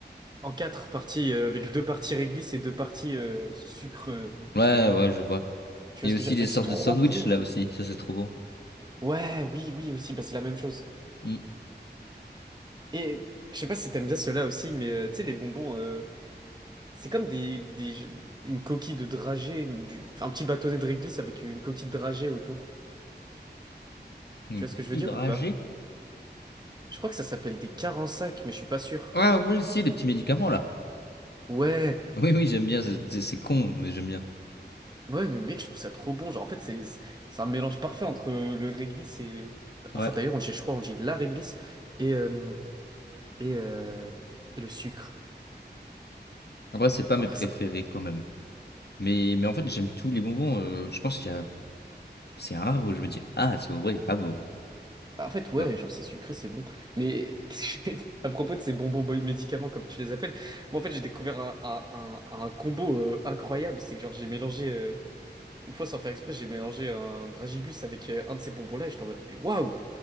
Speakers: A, on the right; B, on the left.
A: en quatre parties, euh, avec deux parties réglisse et deux parties euh, sucre. euh,
B: Ouais, ouais, je vois.
A: Tu
B: Il
A: vois
B: y
A: ce
B: a aussi
A: que je veux
B: des
A: dire? Mec,
B: sortes
A: c'est trop
B: de sandwich
A: bon.
B: là aussi, ça c'est trop bon.
A: Ouais, oui, oui, aussi, bah, c'est la même chose.
B: Mm.
A: Et je sais pas si t'aimes bien ceux-là aussi, mais euh, tu sais, les bonbons. euh, C'est comme des, des- jeux- une coquille de dragée, du, enfin, un petit bâtonnet de réglisse avec une coquille de dragée autour.
B: Une
A: Tu vois
B: coquille
A: ce que je veux dire
B: dragée.
A: ou pas? Je crois que ça s'appelle des carensacs, mais je suis pas sûr.
B: Ah oui, si, les petits médicaments là.
A: Ouais,
B: Oui, oui, j'aime bien. C'est c'est- c'est con, mais j'aime bien.
A: ouais, mais mec, je trouve ça trop bon. Genre, en fait, c'est c'est un mélange parfait entre euh, le réglisse et.
B: Ouais.
A: Enfin, d'ailleurs, on dit, je crois, on dit la réglisse et, euh, et, euh, et le sucre.
B: Après, c'est pas mes
A: Bon, Après,
B: préférés
A: ça.
B: quand même. Mais, mais en fait, j'aime tous les bonbons. euh, je pense qu'il y a... C'est rare où je me dis, ah, c'est vrai il est pas beau.
A: Bah, en fait, ouais,
B: Hein.
A: genre c'est sucré, c'est bon. Mais <laughs> qu'est-ce que je fais à propos de ces bonbons boy- médicaments, comme tu les appelles, moi en fait j'ai découvert un, un- un- un combo euh, incroyable. C'est que genre j'ai mélangé, euh, une fois sans faire exprès, j'ai mélangé un dragibus avec euh, un de ces bonbons-là et j'étais en mode, mais waouh!